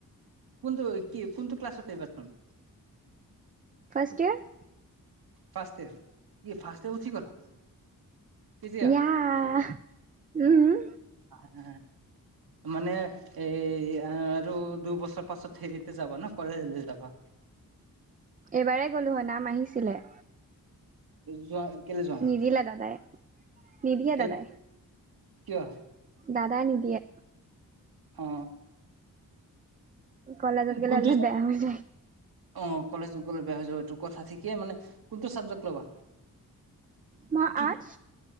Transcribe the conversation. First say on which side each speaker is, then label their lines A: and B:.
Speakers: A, on the right (about 80°); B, on the right (about 25°).
A: কোনটো কি কোনটো ক্লাছত এইবাৰ তুমি
B: ফাৰ্ষ্ট ইয়েৰ
A: ফাৰ্ষ্টে ইয়েৰ ইয়ে ফাৰ্ষ্ট ইয়েৰ উঠি গলা কেতিয়া
B: য়াহ উম
A: আ মানে এ আৰু দুইবছৰ পাছত হেৰিতে যাবা ন কলেজলে যাবা
B: এইবাৰেই গ'লো হয় নাম আহিছিলে
A: যোৱা কেলে যোৱা
B: নিদিলে
A: নাই
B: দাদাই নিদিয়ে
A: কেলে
B: দাদাই
A: কিয়
B: দাদাই নিদিয়ে
A: অ
B: কলেজত গ'লে
A: কোনটো
B: বোলে বেয়া হৈ যায়
A: অ কলেজ গ'লে বেয়া হৈ যাব এইটো কথা ঠিকে মানে কোনটো চাবজেক্ট লবা
B: মই
A: কি
B: আৰ্টছ